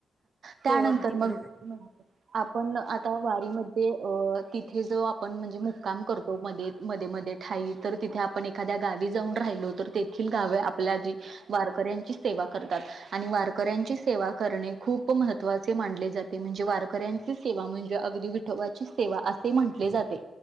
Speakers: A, on the right; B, in the centre.
A: त्यानंतर
B: हो अगदी
A: मग
B: बरोबर
A: आपण आता वारीमध्ये अ तिथे जो आपण म्हणजे मुक्काम करतो. मध्ये-मध्ये-मध्ये ठाई. तर तिथे आपण एखाद्या गावी जाऊन राहिलो. तर तेथील गावे आपल्या जी वारकऱ्यांची सेवा करतात. आणि वारकऱ्यांची सेवा करणे खूप महत्त्वाचे मानले जाते. म्हणजे वारकऱ्यांची सेवा म्हणजे अगदी विठोबाची सेवा असे म्हटले जाते.